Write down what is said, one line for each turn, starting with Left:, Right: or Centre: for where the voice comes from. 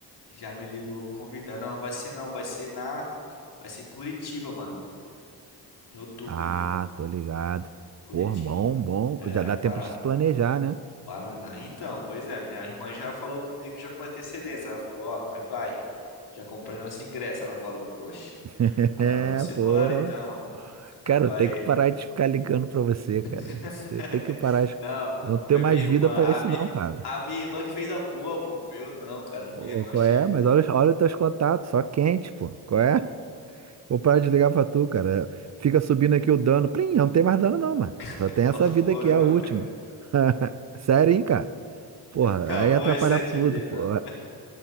Left: já me ligou convidando. Não, não vai ser não, vai ser na vai ser em Curitiba, mano, em outubro.
Right: Ah, tô ligado.
Left: Curitiba.
Right: Pô, bom, bom.
Left: É,
Right: Já dá tempo
Left: Paraná.
Right: de se planejar, né?
Left: Paraná. Então, pois é, minha irmã já falou comigo já com antecedência. Ela falou, ó, nós vai. Já comprei nosso ingresso. Ela falou, poxa,
Right: <laughs>
Left: ela,
Right: É,
Left: vamos
Right: pô.
Left: embora então, mano. Aí
Right: Cara,
Left: vai.
Right: eu tenho que parar de ficar ligando pra você, cara.
Left: <laughs>
Right: Você tem que parar. de-
Left: Não,
Right: Eu não tenho
Left: foi
Right: mais
Left: minha irmã.
Right: vida pra
Left: A,
Right: isso,
Left: mi...
Right: não, cara.
Left: a minha irmã que fez a boa, pô. Foi eu não, cara. Minha
Right: Ô,
Left: irmã
Right: qual
Left: chegou.
Right: é? Mas olha, olha os teus contatos, só quente, pô. Qual é? Vou parar de ligar pra tu, cara. Fica subindo aqui o dano. Plim, não tem mais dano, não, mano.
Left: <laughs>
Right: Só tem
Left: Qual
Right: essa
Left: foi,
Right: vida aqui, a
Left: mano?
Right: última. <laughs> Sério, hein, cara? Porra,
Left: Acabou
Right: aí ia atrapalhar
Left: as sete
Right: tudo,
Left: vidas,
Right: pô.
Left: mano.